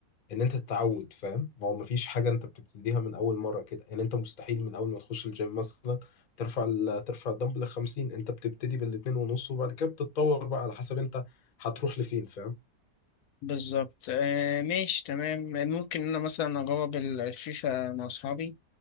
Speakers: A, on the left; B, on the left.
A: ان انت تتعود فاهم ما هو مفيش حاجه انت بتبتديها من اول مره كده يعني انت مستحيل من اول ما تخش الجيم مثلا ترفع ال... ترفع الدمبل ل 50 انت بتبتدي بالاتنين ونص وبعد كده بتتطور بقى على حسب انت هتروح لفين فاهم
B: بالظبط آه ماشي تمام ممكن انا مثلا اجرب ال- الفيفا مع اصحابي